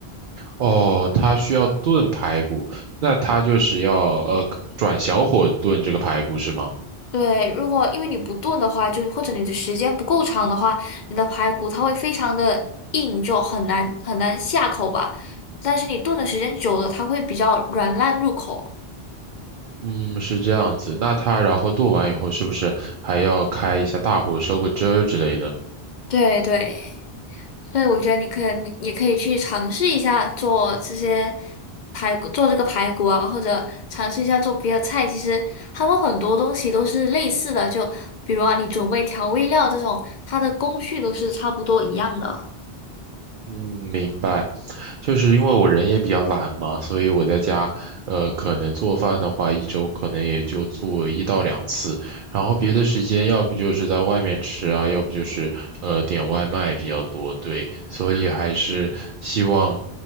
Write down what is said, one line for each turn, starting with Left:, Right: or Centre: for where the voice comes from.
Right: 哦，它需要炖排骨，那它就是要呃转小火炖这个排骨是吗？
Left: 对，如果因为你不炖的话，就或者你的时间不够长的话，你的排骨它会非常的硬，就很难很难下口吧。但是你炖的时间久了，它会比较软烂入口。
Right: 嗯，是这样子。那它然后炖完以后，是不是还要开一下大火收个汁儿之类的？
Left: 对对。所以我觉得你可以，也可以去尝试一下做这些排骨，做这个排骨啊，或者尝试一下做别的菜。其实他们很多东西都是类似的，就比如啊，你准备调味料这种，它的工序都是差不多一样的。
Right: 嗯，明白，就是因为我人也比较懒嘛，所以我在家，呃，可能做饭的话，一周可能也就做一到两次，然后别的时间要不就是在外面吃啊，要不就是呃点外卖比较多，对，所以还是希望